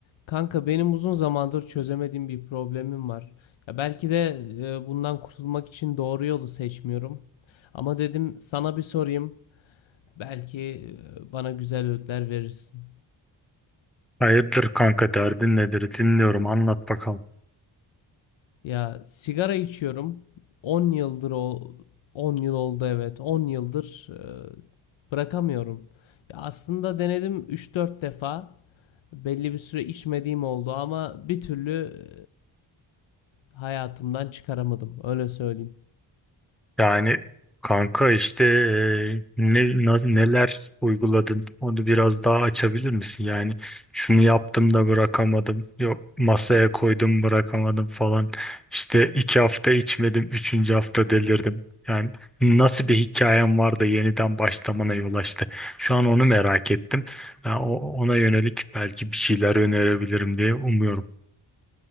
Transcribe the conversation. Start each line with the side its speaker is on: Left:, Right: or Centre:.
Left: Kanka benim uzun zamandır çözemediğim bir problemim var. Ya belki de e, bundan kurtulmak için doğru yolu seçmiyorum. Ama dedim sana bir sorayım. Belki e, bana güzel öğütler verirsin.
Centre: Hayırdır kanka derdin nedir dinliyorum anlat bakalım.
Left: Ya sigara içiyorum. 10 yıldır o 10 yıl oldu evet. 10 yıldır e, bırakamıyorum. Ya aslında denedim 3-4 defa. Belli bir süre içmediğim oldu ama bir türlü e, hayatımdan çıkaramadım. Öyle söyleyeyim.
Centre: Yani kanka işte e, ne, na- neler uyguladın onu biraz daha açabilir misin? Yani şunu yaptım da bırakamadım yok masaya koydum bırakamadım falan İşte iki hafta içmedim üçüncü hafta delirdim. Yani nasıl bir hikayem var da yeniden başlamana yol açtı. Şu an onu merak ettim. Ben o- ona yönelik belki bir şeyler önerebilirim diye umuyorum.